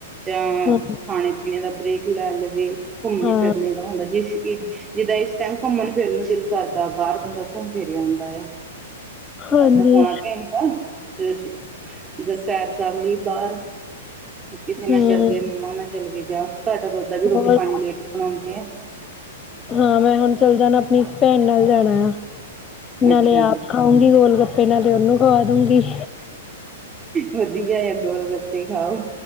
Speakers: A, on the right; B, on the left.
A: ਯਾਂ
B: ਹੂੰ
A: ਖਾਣੇ-ਪੀਣੇ ਦਾ ਬ੍ਰੇਕ ਲੈ ਲਵੇ, ਘੁੰਮਣੇ-ਫਿਰਨੇ
B: ਹਾਂ
A: ਦਾ ਹੁੰਦਾ ਜਿਸ ਚ ਜਿੱਦਾਂ ਇਸ ਟਾਈਮ ਘੁੰਮਣ-ਫਿਰਨ ਨੂੰ ਦਿਲ ਕਰਦਾ ਬਾਰ ਬੰਦਾ ਘੁੰਮ ਫਿਰ ਆਉਂਦਾ ਆ।
B: ਹਾਂਜੀ
A: ਅੱਧਾ ਪੋਣਾ ਘੰ ਟਾ, ਤੇ ਜਿੱਦਾਂ ਸੈਰ ਕਰ ਲਈ ਬਾਰ। ਕਿਸੇ ਨਾਲ
B: ਹੂੰ
A: ਚੱਲ ਗਏ, ਮੰਮਾ ਨਾਲ ਚੱਲ ਗਏ ਜਾਂ ਤੁਆਡਾ ਤਾਂ ਓਦਾਂ ਵੀ ਰੋਟੀ
B: ਹੋਰ
A: ਪਾਣੀ ਲੇਟ ਬਣਾਉਂਦੇ ਆ।
B: ਹਾਂ ਮੈਂ ਹੁਣ ਚੱਲ ਜਾਨਾ ਅਪਣੀ ਭੈਣ ਨਾਲ ਜਾਣਾ ਆ, ਨਾਲੇ
A: ਅੱਛਾ ਜੀ
B: ਆਪ ਖਾਉਂਗੀ ਗੋਲ-ਗੱਪੇ ਨਾਲੇ ਓਨੂੰ ਖਵਾ ਦੁੂਂਗੀ।
A: ਵਦੀਆ ਐ ਗੋਲ-ਗਪੇ ਖਾਓ।